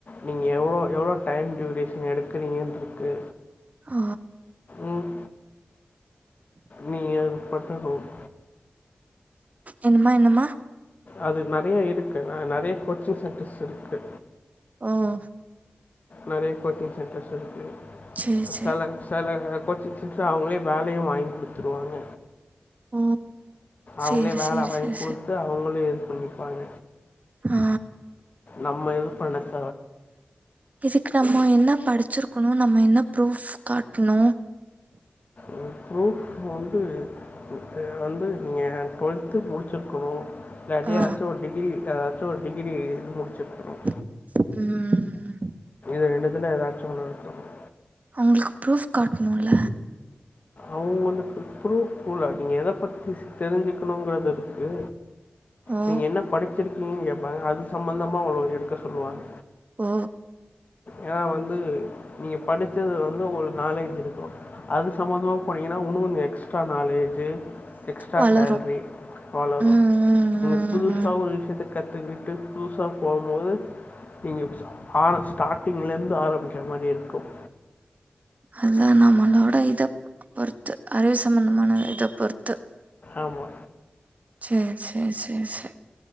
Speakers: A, on the left; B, on the right.
A: நீங்க எவ்ளோ-எவ்ளோ டைம் டியூரேஷன் எடுக்கிறீங்கன்ருக்கு
B: ஓ
A: ம் நீங்க <unintelligible>
B: என்னமா என்னம்மா
A: அது நறைய இருக்கு ந நறைய கோச்சிங் சென்டர்ஸ் இருக்கு
B: ஆஹ்
A: நெறைய கோச்சிங் சென்டர்ஸ் இருக்கு
B: சேரி சேரி
A: செல செல கோச்சிங் ட்ரு அவங்களே வேலையு வாங்கி் குடுத்துருவாங்க
B: ஓ சேரி
A: அவங்களே வேலை
B: சேரி
A: வாங்கி
B: சேரி
A: குடுத்து
B: சேரி
A: அவங்களே பண்ணிப்பாங்க
B: ஆ
A: நம்ம எது வணக்
B: இதுக்கு நம் நா என்ன படிச்சிருக்கணு நம்ம என்ன ப்ரூஃப் காட்ணு
A: ம் ப்ரூஃப் வந்து இத வந்து நீங்க டுவெல்த்து முடிச்சிருக் க்கனு இல்லாட்டி
B: ஆ
A: ஆச்சுவலா ஒரு டிகிரி எதாச்சும் ஒரு டிகிரி முடிச்சிருக்கறோம்
B: உம்
A: ரெண்டு த ஏதாச்சும் இருக்கணும்
B: அவங்களுக்கு ப்ரூப் காட்டணும்ல
A: அவங்கக்கு ப்ரூப்ல நீங்க எதை பத்தி தெரிஞ்சுக்கணுங்கிறது இருக்கு
B: ஓ!
A: நீங்க என்ன படிச்சிருக்கீங்க கேப் <unintelligible> சம்பந்தமா அவ்வளவு எடுக்க சொல்லுவாங்க
B: ஓ!
A: ஏன்னா வந்து நீங்கள் படிச்சது வந்து ஒரு நாலேஜ் இருக்கும் அதுக்கு சம்பந்தமா பண்ணங்கனா ஒணந்து எக் எக்ஸ்ட்ரா நாலேஜு எக்ஸ்ட்ரா
B: வளரும்.
A: சேல்ரி வளரும்
B: ம், ம்,
A: நீங்கள் புதுசாக
B: ம், ம்.
A: ஒரு விஷயத்து கத்துட் ட்டு புதுசா போகும்போது நீங்க ஆ ஸ்டார்டிங்ல இப்ப ஆரம்பிக்கிற மாதிரி இருக்கும்
B: அதான் நம்மளோட இத பொருத் இத் அறிவு சம்பந்தமான இதை பொறுத்து
A: ஆமா
B: ஷேரி ஷேரிஷேரிஷேரி